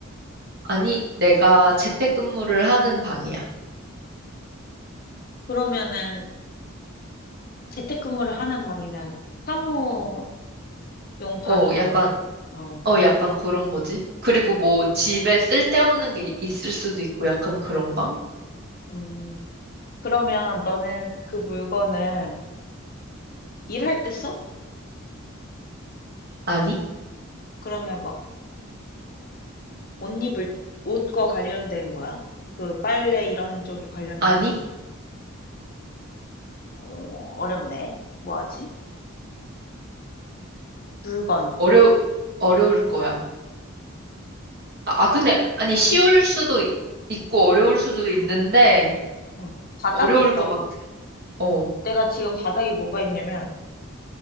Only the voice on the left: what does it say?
그러면은 재택근무를 하는 방이면 사무용 방인
거네? 어,
어,
음. 그러면 너는 그 물건을 일할 때 써?
그러면 막 옷 입을, 옷과 관련된 거야? 그 빨래 이런 쪽에 관련된
거야? 어, 어렵네. 뭐하지? 물건.
그,
응. 바닥에
있다고?
내가 지금 바닥에 뭐가 있냐면,